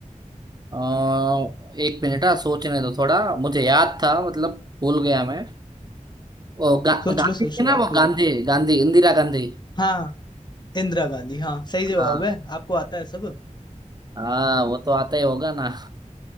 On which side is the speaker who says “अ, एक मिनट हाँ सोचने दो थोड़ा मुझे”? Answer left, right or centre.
Right